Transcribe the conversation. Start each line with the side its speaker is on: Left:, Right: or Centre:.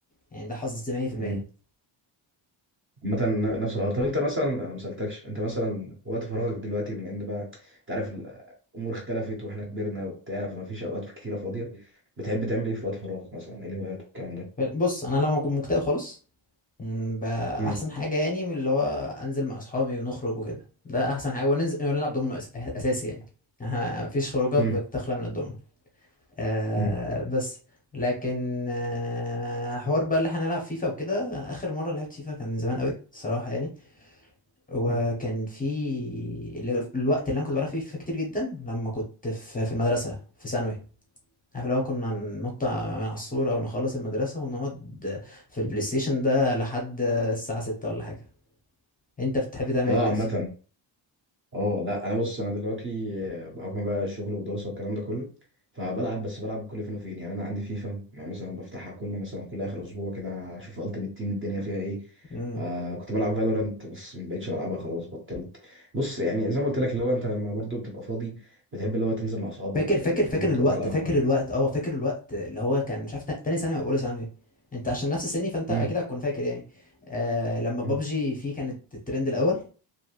Left: يعني ده حظ 100%
Right: مم. عامة نفس الحوار طب انت مثلا انا ما سالتكش انت مثلا وقت فراغك دلوقتي بما ان بقى انت عارف الامور اختلفت واحنا كبرنا وبتاع فما فيش اوقات كتيره فاضيه بتحب تعمل ايه في وقت فراغك مثلا ايه الهوايات والكلام ده؟
Left: بص انا لما اكون مكتئب خالص مم، بقى
Right: مم.
Left: احسن حاجه يعني من اللي هو انزل مع اصحابي ونخرج وكده ده احسن حاجه وننزل ونلعب دومينو أس- اساسي يعني آه، مفيش خروجه
Right: مم.
Left: بتخلى من الدومينو آه
Right: مم.
Left: بس لكن آه حوار بقى اللي هنلعب فيفا وكده اخر مره لعبت فيفا كان من زمان قوي الصراحه يعني وكان
Right: مم.
Left: في ال- الوقت اللي انا كنت بلعب فيه فيفا كتير جدا لما كنت في في المدرسه في ثانوي عارف لو كنا ننط من على السور او نخلص المدرسه ونقعد في البلاي ستيشن ده لحد الساعه 6 ولا حاجه انت بتحب تعمل
Right: اه
Left: ايه دلوقتي
Right: عامة اه لا انا بص انا دلوقتي آه، بحكم بقى الشغل والدراسه والكلام ده كله فبلعب بس بلعب كل فين وفين يعني انا عندي فيفا يعني مثلا بفتحها كل مثلا كل اخر اسبوع كده اشوف التيمت تيم الدنيا فيها ايه
Left: امم
Right: آه كنت بلعب فالورانت بس ما بقتش بلعبها خلاص بطلت بص يعني زي ما قلت لك اللي هو انت لما برضه بتبقى فاضي بتحب اللي هو تنزل مع اصحابك
Left: فاكر فاكر
Right: آه، تروحوا
Left: فاكر الوقت
Right: تقعدوا على
Left: فاكر
Right: القهوه
Left: الوقت اه فاكر الوقت اللي هو كان مش عارف تا- تاني ثانوي او اولى ثانوي انت عشان نفس سني فانت
Right: مم،
Left: اكيد هتكون فاكر يعني آه لما بابجي
Right: مم.
Left: فيه كانت الترند الاول